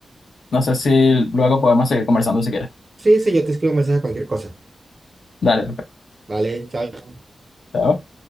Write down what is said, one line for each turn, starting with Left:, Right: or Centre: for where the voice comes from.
Left: no sé si luego podemos seguir conversando si quieres.
Right: Sí, sí, yo te escribo un mensaje cualquier cosa.
Left: Dale, perfecto.
Right: Vale, chao,
Left: Chao.